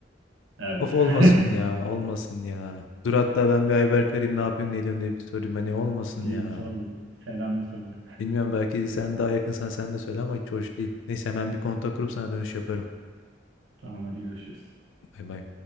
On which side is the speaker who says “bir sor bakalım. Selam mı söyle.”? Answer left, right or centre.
Right